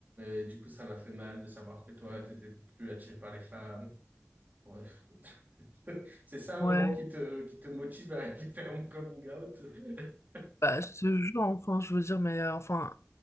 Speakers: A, on the right; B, on the left.
A: et du coup, ça m'a fait mal de savoir que toi, t'étais plus attiré par les femmes. Bref. bon. <laughs> C'est ça
B: ouais.
A: vraiment qui te, qui te motive à aller faire mon coming out. <laughs>
B: Bah, ce genre, enfin, je veux dire, mais euh, enfin,